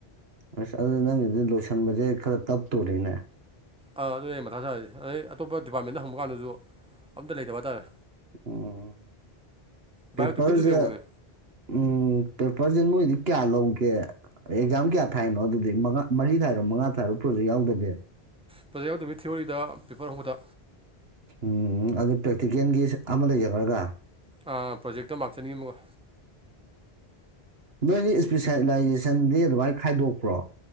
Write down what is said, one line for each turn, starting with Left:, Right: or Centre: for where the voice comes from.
Right: ꯑꯁ ꯑꯗꯨ ꯅꯪ ꯂꯣꯏꯁꯤꯟꯕꯁꯦ ꯈꯔ ꯇꯞꯇꯣꯔꯤꯅꯦ꯫
Centre: ꯑꯥ ꯑꯗꯨꯅꯦ ꯑꯩ ꯃꯊꯥ ꯁꯥꯢꯁꯦ ꯑꯗꯩ ꯑꯇꯣꯞꯄ ꯗꯤꯄꯥꯔꯠꯃꯦꯟꯗ ꯍꯪꯕ ꯀꯥꯟꯗꯁꯨ ꯑꯝꯇ ꯂꯩꯇꯕ ꯍꯥꯏꯇꯥꯔꯦ꯫
Right: ꯎꯝ ꯄꯦꯄꯔꯁꯦ
Centre: ꯕꯥꯏꯑꯣꯇꯤꯛꯇꯕꯨꯗꯤ ꯂꯩꯍꯧꯕꯅꯦ
Right: ꯎꯝ ꯄꯦꯄꯔꯁꯦ ꯅꯣꯏꯗꯤ ꯀꯌꯥ ꯂꯧꯒꯦ꯫ ꯑꯦ ꯑꯦꯛꯖꯥꯝ ꯀꯌꯥ ꯊꯥꯏꯅꯣ ꯑꯗꯨꯗꯤ ꯃꯉꯥ ꯃꯔꯤ ꯊꯥꯏꯔꯣ ꯃꯉꯥ ꯊꯥꯢꯔꯣ ꯄ꯭ꯔꯣꯖꯦꯛ ꯌꯥꯎꯗꯕꯤ꯫
Centre: ꯄ꯭ꯔꯣꯖꯦꯛ ꯌꯥꯎꯗꯕꯤ ꯊꯤꯑꯣꯔꯤꯗ ꯄꯦꯄꯔ ꯑꯍꯨꯝꯈꯇꯥ꯫
Right: ꯎꯝ ꯑꯗꯨ ꯄ꯭ꯔꯦꯛꯇꯤꯀꯦꯜꯒꯤ ꯑꯃ ꯂꯩꯖꯔꯒ꯫
Centre: ꯑꯥ ꯄ꯭ꯔꯣꯖꯦꯛꯇ ꯃꯥꯛꯆꯅꯤ ꯑꯃꯒ꯫
Right: ꯅꯣꯏꯒꯤ ꯏꯁꯄꯤꯁꯦꯂꯥꯏꯖꯦꯁꯟꯗꯤ ꯑꯗꯨꯃꯥꯏꯅ ꯈꯥꯏꯗꯣꯛꯄ꯭ꯔꯣ꯫